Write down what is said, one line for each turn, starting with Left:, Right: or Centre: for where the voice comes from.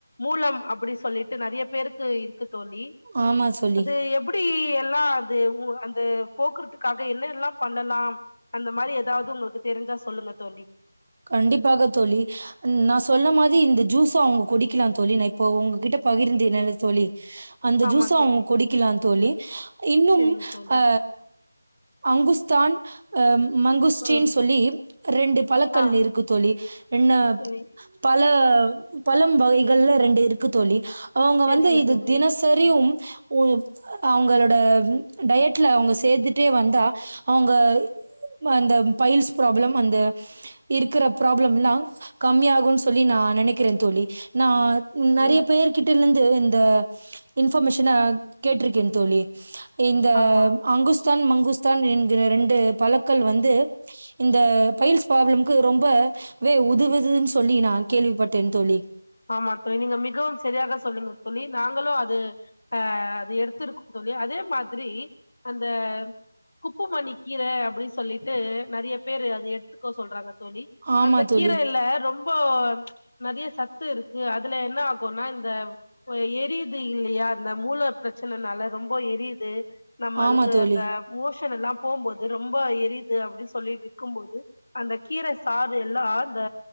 Left: மூலம் அப்படி சொல்லிட்டு நறைய பேருக்கு இருக்கு தோழி
Right: ஆமா சோழி
Left: இத எப்புடி எல்லா அது உ அந்த போக்குறதுக்காக என்ன எல்லா பண்ணலாம் அந்த மாரி எதாவது உங்களுக்கு தெரிஞ்சா சொல்லுங்க தோழி
Right: கண்டிப்பாக தோழி ன் நா சொன்ன மாரி இந்த ஜூஸ அவுங்க குடிக்கலா தோழி நா இப்போ உங்ககிட்ட பகிர்ந்தின்னல்ல தோழி அந்த
Left: ஆமா
Right: ஜூஸ அவுங்க
Left: தோழி
Right: குடிக்கலா தோழி இன்னும்
Left: சரிங்க தோழி
Right: அ அங்குஸ்தான் அ மங்குஸ்டின்
Left: ம்
Right: சொல்லி ரெண்டு பழக் க்கள்
Left: ஆ
Right: இருக்குத்தோழி என்ன
Left: சரி
Right: பழ பழம் வகைகள்ல ரெண்டு இருக்கு தோழி அவுங்க
Left: சரிங்க
Right: வந்து இது
Left: தோழி
Right: தினச் சரியும் உ அவங்களோட டயட்ல அவுங்க சேத்துட்டே வந்தா அவுங்க அந்த பைல்ஸ் ப்ராப்ளம் அந்த இருக்கிற ப்ராப்ளம்லா கம்மியாகுன் சொல்லி நா நெனைக்கிறேந் தோழி நா நெறையப்
Left: ம்
Right: பேர்கிட்டல்னந்து இந்த இன்ஃபர்மேஷனா கேட்ருக்கேன் தோழி இந்த
Left: ஆமா
Right: அங்குஸ் தான் மங்குஸ்தான் என்கிற ரெண்டு பழக்கள் வந்து இந்த பைல்ஸ் பிராப்ளம் கு ரொம்பவே உதவுதுன் சொல்லி நா கேள்விப்பட்டேன் தோழி
Left: ஆமாத் தோழி நீங்க மிகவும் செரியாக சொல்லுங்க தோழி நாங்களு அது ஆ அது எடுத்திருக்கோ தோழி அதே மாதிரி அந்த குப்புமணிக் கீர அப்புடி சொல்லிட்டு நெறையப் பேரு அது எடுத்துக்கோ சொல்றாங்க தோழி
Right: ஆமா
Left: அந்தக்
Right: தோழி
Left: கீரயில ரொம்போ நெறைய சத்து இருக்கு அதுல என்ன ஆகுன்னா இந்த <unintelligible> எரியுது இல்லியா அந்த மூலப் பிரச்சனனால ரொம்ப எரியுது நம்மளுக்கு
Right: ஆமா தோழி
Left: அந்த மோஷன் எல்லாம் போம்போது ரொம்ப எரியுது அப்டின் சொல்லிட்டு இக்கும்போது அந்த கீர சாறு எல்லா அந்த